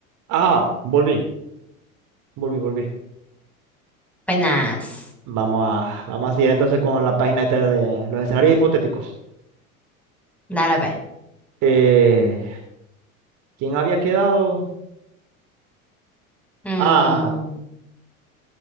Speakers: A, on the right; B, in the centre.
A: Ajá, volví, volví, volví.
B: Penas.
A: Vamos a, vamos a seguir entonces con la página esta de los escenarios hipotéticos.
B: Dale, pues.
A: Eh, ¿quién había quedado?
B: Mm,
A: Ah,